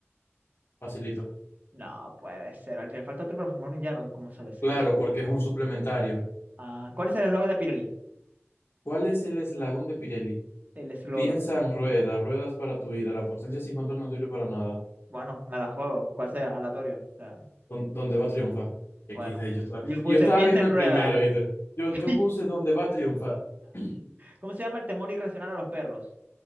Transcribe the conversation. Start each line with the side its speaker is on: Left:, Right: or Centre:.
Left: Facilito.
Right: No puede ser. Al que le falta otro para formar un llano, ¿cómo sabes
Left: Claro,
Right: eso?
Left: porque
Right: Exacto.
Left: es un suplementario.
Right: Ah, ¿cuál es el eslogan de Pirelli?
Left: ¿Cuál es el eslabón de Pirelli?
Right: El eslogan.
Left: Piensa en ruedas, ruedas para tu vida. La potencia sin control no sirve para nada.
Right: Bueno, me la juego, cual sea, aleatorio. O sea,
Left: Don- donde va triunfa? XD,
Right: bueno.
Left: yo estaba,
Right: Yo puse
Left: yo estaba
Right: piensa
Left: viendo
Right: en
Left: el
Right: rueda.
Left: primero, ¿viste? Yo,
Right: <laughs>
Left: yo puse donde va triunfa. <clears throat>
Right: ¿Cómo se llama el temor irracional a los perros?